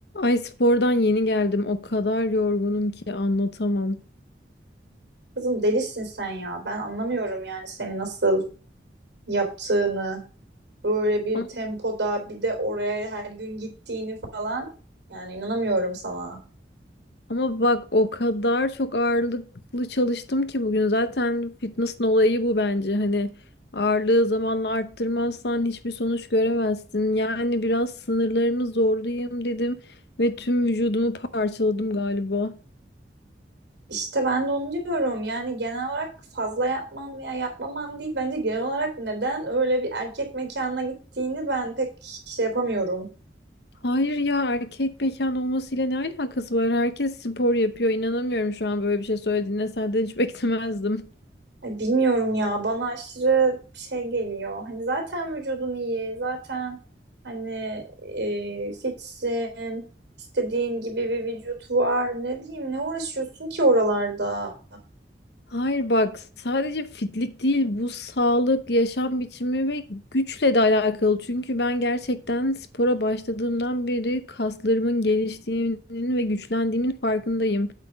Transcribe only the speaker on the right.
Kızım delisin sen ya. Ben anlamıyorum yani seni nasıl yaptığını. Böyle bir
tempoda bir de oraya her gün gittiğini falan. Yani inanamıyorum sana.
İşte ben de onu diyorum. Yani genel olarak fazla yapman veya yapmaman değil. Bence genel olarak neden öyle bir erkek mekanına gittiğini ben pek şey yapamıyorum.
Ay, Bilmiyorum ya bana aşırı şey geliyor. Hani zaten vücudun iyi, zaten hani e, fitsin, istediğin gibi bir vücut var. Ne bileyim ne uğraşıyorsun ki oralarda?